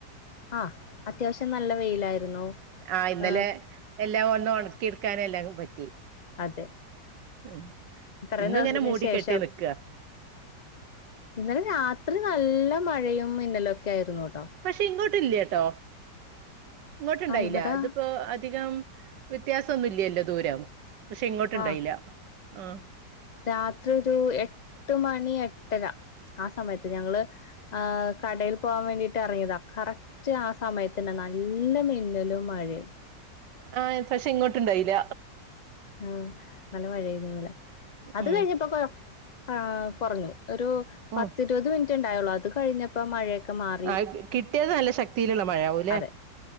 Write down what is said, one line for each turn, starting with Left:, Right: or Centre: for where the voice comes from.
Left: ആഹ അത്യാവശ്യം നല്ല വെയിലായിരുന്നു
Right: ആഹ ഇന്നലെ
Left: ആഹ്
Right: എല്ലാം ഒന്നും ഉണക്കി എടുക്കാനെ എല്ലാം പറ്റി
Left: അതെ
Right: മ്
Left: ഇത്രയും
Right: ഇന്നും
Left: ദിവസത്തിന്
Right: ഇങ്ങനെ മൂടി
Left: ശേഷം
Right: കെട്ടി നിക്ക
Left: ഇന്നലെ രാത്രി നല്ല മഴയും മിന്നലുംഒക്കെ ആയിരുന്നു കേട്ടോ
Right: പക്ഷെ ഇങ്ങോടില്ല കേട്ടോ ഇങ്ങോട്ടുണ്ടായില്ല
Left: ആഹ് ഇവിടെ
Right: ഇതിപ്പോ അധികം വ്യത്യാസംന്നുംല്ലല്ലോ ദൂരം പക്ഷെ ഇങ്ങോട്ട്ഉണ്ടായില്ല
Left: ആഹ്
Right: ആഹ
Left: രാത്രി ഒരു എട്ട് മണി എട്ടര ആ സമയത്ത് ഞങ്ങള് കടൽ പോകാൻ വേണ്ടിയിട്ട് ഇറങ്ങിയതാണ് കറക്റ്റ് ആ സമയത്ത്ന്നെ നല്ല മിന്നലും മഴയും
Right: ആഹ് പക്ഷെ ഇങ്ങോട്ട ഇണ്ടായില്ല
Left: ആഹ നല്ല മഴയിന്നല്ല അത്
Right: ഉം
Left: കഴിഞ്ഞപ്പോ കൊ ആഹ കുറഞ്ഞു ഒരു
Right: ഉം
Left: പത്തി ഇരുപത് മിനിറ്റ് ഉണ്ടായുള്ളൂ അത് കഴിഞ്ഞപ്പോ മഴയൊക്കെ മാറി
Right: ആഹ കിട്ടിയത് നല്ല ശക്തിയിലുള്ള മഴ ആകൂല്ലെ
Left: അതെ